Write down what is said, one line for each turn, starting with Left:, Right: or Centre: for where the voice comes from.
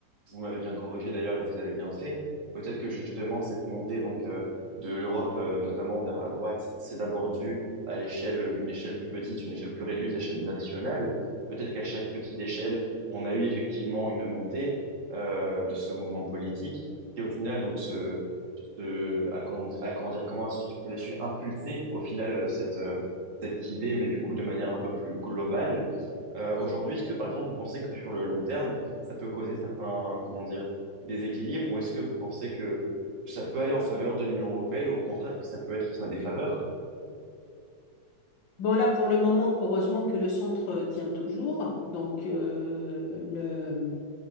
Right: vous m'avez bien corrigé d'ailleurs et vous avez bien fait. Peut-être que justement cette montée donc euh, de l'Europe euh, notamment vers la droite, c'est d'abord dû à l'échelle, une échelle plus petite, une échelle plus réduite, l'échelle nationale. Peut-être qu'à chaque petite échelle, on a eu effectivement une montée euh, de ce mouvement politique qui au final donc se, se- à comment, di- à comment dire, comment est-ce qu'il a su impulser au final euh, cette euh, cette idée, mais du coup de manière un peu plus globale. Euh, aujourd'hui, est-ce que par exemple vous pensez que sur le long terme ça peut causer certains, comment dire, déséquilibres, ou est-ce que vous pensez que ça peut aller en faveur de l'Union européenne, ou au contraire que ça peut être en sa défaveur?
Left: Bon, là, pour le moment, heureusement que le centre tient toujours. Donc, euh, le,